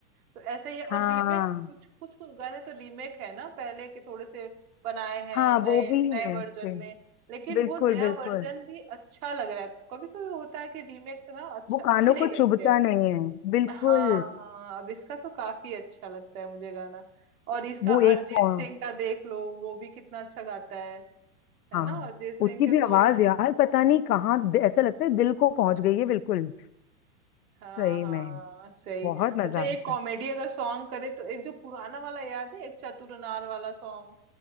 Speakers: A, on the right (about 70°); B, on the left (about 80°).
A: तो ऐसे ही
B: हाँ
A: और रीमेक कुछ कुछ कुछ गाने तो रीमेक है ना पहले के थोड़े से बनाए हैं
B: हाँ
A: नए
B: वो भी
A: नए
B: है
A: वर्जन
B: फिर
A: में लेकिन
B: बिल्कुल
A: वो नया
B: बिल्कुल
A: वर्जन भी अच्छा लग रहा है कभी कभी होता है कि रीमेक ना अच्छा
B: वो कानों
A: अच्छी नहीं
B: को
A: लगते
B: चुभता
A: हैं
B: नहीं है बिल्कुल
A: हाँ हाँ अब इसका तो काफी अच्छा लगता है मुझे गाना और इसका
B: वो
A: अरिजीत
B: एक पौ-
A: सिंह का देख लो वो भी कितना अच्छा गाता है है
B: हाँ
A: ना अरिजीत सिंह
B: उसकी
A: के
B: भी
A: तो
B: आवाज यार पता नहीं कहाँ
A: हम्म,
B: ऐसा लगता है दिल को पहुंच गई है बिल्कुल
A: हाँ
B: सही
A: हाँ
B: में
A: सही
B: बहुत मजा
A: अच्छा ये
B: आता
A: कॉमेडी
B: है
A: अगर सॉन्ग करे तो एक जो पुराना वाला याद है एक चतुरनार वाला सॉन्ग